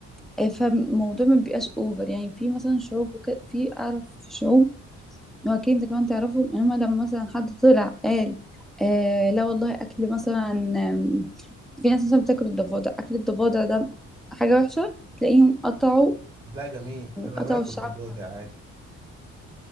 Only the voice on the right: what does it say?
لا جميل انا
باكل
ضفادع
عادي